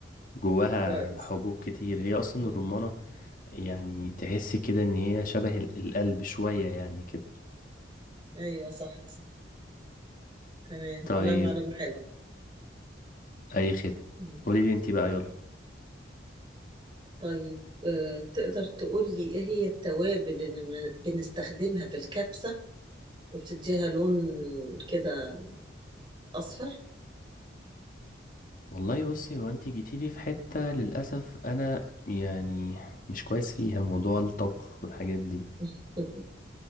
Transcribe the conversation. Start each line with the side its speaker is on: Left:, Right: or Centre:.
Left: جواها
Right: كويس
Left: حبوب كتير هي أصلا
Right: مم.
Left: الرمانة يعني تحس كده إن هي شبه ال- القلب شوية يعني كده
Right: ايوه صح صح تمام
Left: طيب
Right: والله معلومة حلوة
Left: اي خدمه
Right: مم.
Left: قولي لي انت بقى يلا
Right: طيب آه، تقدر تقول لي ايه هي التوابل اللي م- بنستخدمها في الكبسة وبتديها لون كده اصفر
Left: والله بصي هو انت جيتي لي في حته للاسف انا يعني مش كويس فيها موضوع الطبخ والحاجات دي
Right: <laughs>